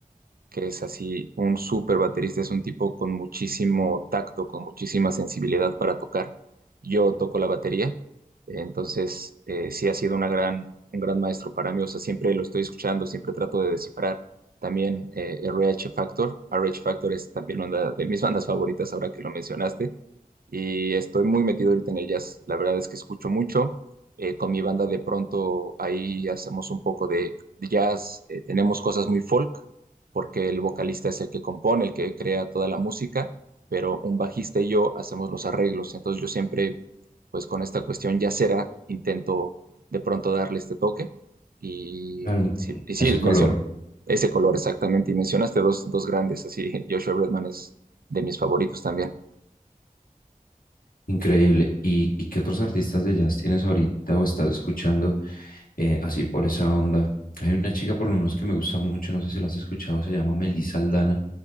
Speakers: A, on the right (about 85°); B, on the left (about 75°).
A: que es así un súper baterista, es un tipo con muchísimo tacto, con muchísima sensibilidad para tocar. Yo toco la batería, entonces eh, sí ha sido una gran, un gran maestro para mí, o sea, siempre lo estoy escuchando, siempre trato de descifrar. También eh, R H Factor, R H Factor es también una de mis <laughs> bandas favoritas ahora que lo mencionaste y estoy muy metido ahorita en el jazz. La verdad es que escucho mucho. Eh, con mi banda de pronto ahí hacemos un poco de de jazz. Eh, tenemos cosas muy folk, porque el vocalista es el que compone, el que crea toda la música, pero un bajista y yo hacemos los arreglos. Entonces yo siempre, pues con esta cuestión jazzera, intento de pronto darle este toque. Y
B: Claro, un-
A: sí, y sí,
B: ese color.
A: menciono ese color exactamente. Y mencionaste dos, dos grandes, así <laughs> Joshua Redman es de mis favoritos también.
B: Increíble. ¿Y, y qué otros artistas de jazz tienes ahorita o estás escuchando eh, así por esa onda? Hay una chica por lo menos que me gusta mucho, no sé si la has escuchado, se llama Melissa Aldana.